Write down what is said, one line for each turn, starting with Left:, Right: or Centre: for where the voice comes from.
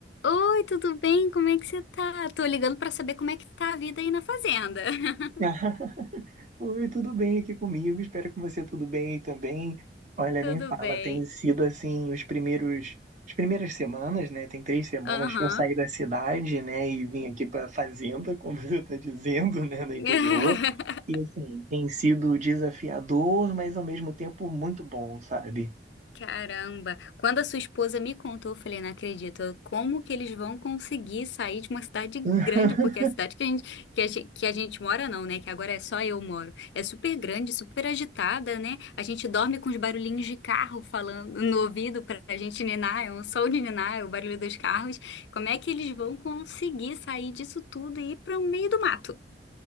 Left: Oi, tudo bem? Como é que você tá? Tô ligando pra saber como é que tá a vida aí na fazenda. <laughs>
Right: <laughs> Oi, tudo bem aqui comigo? Espero que você tudo bem também. Olha,
Left: Tudo
Right: nem fala,
Left: bem?
Right: tem sido assim os primeiros, as primeiras semanas, né? Tem três semanas
Left: Aham.
Right: que eu saí da cidade, né? E vim aqui para fazenda, como <laughs> você está dizendo, né? No
Left: <laughs>
Right: interior. E assim, tem sido desafiador, mas ao mesmo tempo muito bom, sabe?
Left: Caramba, quando a sua esposa me contou, eu falei, não acredito, como que eles vão conseguir sair de uma cidade
Right: <laughs>
Left: grande, porque a cidade que a gente, que a gente, que a gente mora não, né, que agora é só eu moro, é super grande, super agitada, né, a gente dorme com os barulhinhos de carro falando no ouvido pra gente ninar, é um som de ninar, é o barulho dos carros, como é que eles vão conseguir sair disso tudo e ir para o meio do mato?